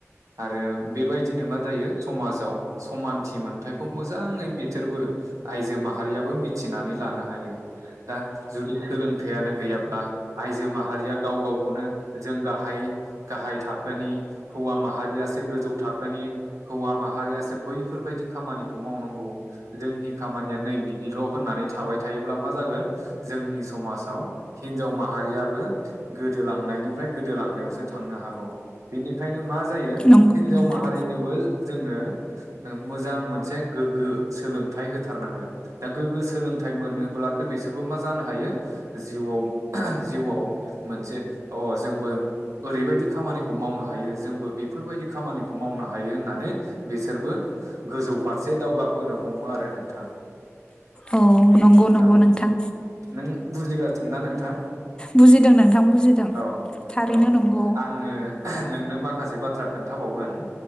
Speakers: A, on the right; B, on the left.
A: आरो बेबायदिनो मा जायो समाजाव समानथि मोन थायखौ मोजाङै बिथोरबो आइजो माहारियाबो थिनानै लानो हायो दा जुदि सोलों गैयाब्ला आइजो माहारिया गाव गाव खौनो जों गाहाय गाहाय थाखोनि हौवा माहारियासो गोजौ थाखोनि हौवा माहारियासो बैफोरबायदि खामानिखौ मावनांगौ जोंनि खामानिया नै बि बिल' होननानै थाबाय थायोब्ला मा जागोन जोंनि समाज दाउ हिनजाव माहारियाबो गोदोलांनायनिफ्राय गोदोलांनायावसो थांनो हागौ बेनिखायनो मा जायो
B: नंगौ
A: हिनजाव
B: नोंथां
A: माहारिनोबो जोङो मोजां मोनसे गोग्गो सोलों थाइ होथारनांगोन दा गोग्गो सोलोंथाइ मोनोब्लासो बिसोरबो मा जानो हायो। जिउआव जिउआव मोनसे अ जोंबो ओरैबायदि खामानिखौ मावनो हायो जोंबो बेफोरबायदि खामानिखौ मावनो हायो होननानै बिसोरबो गोजौ फारसे दावगाबोनो हमो आरो नोंथां
B: औ नंगौ नंगौ
A: औ
B: नोंथां
A: नों <unintelligible> ना नोंथां।
B: बुजिदों नोंथां बुजिदों
A: औ
B: थारैनो
A: औ
B: नंगौ।
A: आङो नोंनो मा माखासे बाथ्रा खोन्थाबावगोन